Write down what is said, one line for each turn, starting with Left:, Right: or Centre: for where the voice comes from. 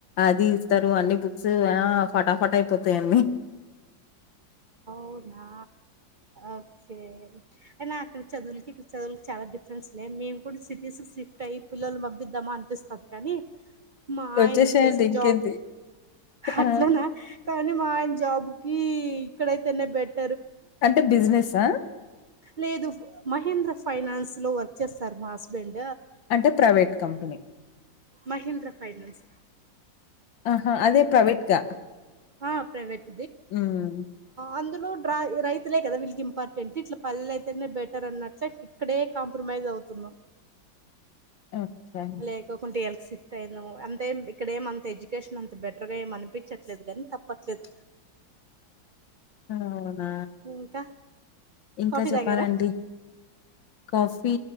Left: అది ఇస్తారు అన్ని బుక్స్ ఆ ఫటాఫట్ అయిపోతాయి అన్నీ
Right: అవునా ఓకే అయినా అక్కడ చదువులకి ఇక్కడ చదువులకి చాలా డిఫరెన్స్ లే మేము కూడా సిటీస్ కి షిఫ్ట్ అయ్యి పిల్లలను పంపిద్దామా అనిపిస్తుంది కానీ మా ఆయన
Left: వచ్చేసేయండి
Right: చేసే
Left: ఇంకేంది
Right: జాబ్
Left: ఆ
Right: అట్లనా కానీ మా ఆయన జాబ్ ఇక్కడనే బెట్
Left: అంటే బిజినెస్సా
Right: లేదు మహేంద్ర ఫైనాన్స్ లో వర్క్ చేస్తారు మా హస్బెండ్
Left: అంటే ప్రైవేట్ కంపెనీ
Right: మహీంద్ర ఫైనాన్స్
Left: ఆహా అదే ప్రైవేట్గా
Right: ఆ ప్రైవేట్
Left: ఉమ్
Right: అందులో ట్రా రైతులే కదా వీళ్ళకి ఇంపార్టెంట్ ఇట్ల పల్లె అయితేనే బెటర్ అన్నట్టు ఇక్కడే కాంప్ర మైస్ అవుతున్నాం
Left: ఓకే.
Right: లేకోకుంటే ఎళ్ షిఫ్ట్ అయిను అంతేం ఇక్కడ ఏమంత ఎడ్యుకేషన్ అంత బెటర్ గా ఏం అనిపిచ్చట్లేదు కానీ తప్పట్లేదు
Left: అవునా
Right: ఇంకా
Left: ఇంకా
Right: కాఫీ
Left: చెప్పాలండి
Right: తాగారా
Left: కాఫీ